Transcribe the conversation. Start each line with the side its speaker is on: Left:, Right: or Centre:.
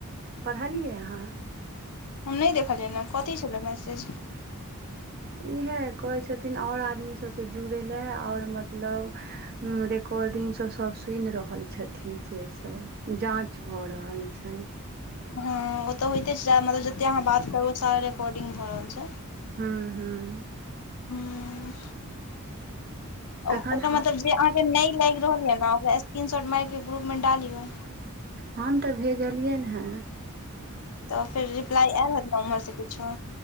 Right: पढ़लियै अहाँ।
Left: हम नैय देखलियैन हें कथी छलै मैसेज।
Right: इहे कहै छथिन्ह आओर आदमी सभके जुड़ै लय आओर मतलब। रिकॉर्डिंग सभ सब सुनि रहल छथिन्ह से सभ जाँच भऽ रहल छैय।
Left: हँ ओ तऽ होइते छैय जा मतलब जते अहाँ बात के अनुसारे रिकॉर्डिंग भऽ रहल छैय।
Right: हूँ हूँ
Left: हूँ ओकर
Right: तखन
Left: मतलब जे जे अहाँकेँ नैय लागि रहल ये ने ओकरा स्क्रीन शॉट मारि के ग्रुपमे डालियौ
Right: आ हम तऽ भेजलियैन हें
Left: तऽ फेर रिप्लाई ऐल हैत नऽ ओम्हर से किछो